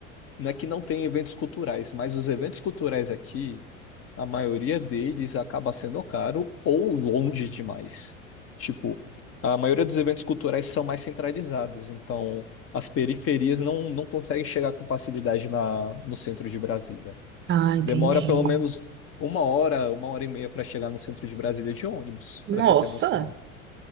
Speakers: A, on the left; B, on the right.
A: não é que não tem eventos culturais, mas os eventos culturais aqui, a maioria deles acaba sendo caro ou longe demais. Tipo, a maioria dos eventos culturais são mais centralizados, então as periferias não, não conseguem chegar com facilidade na, no centro de Brasília.
B: Ah, entendi.
A: Demora pelo menos uma hora, uma hora e meia para chegar no centro de Brasília de ônibus,
B: Nossa,
A: para você ter noção.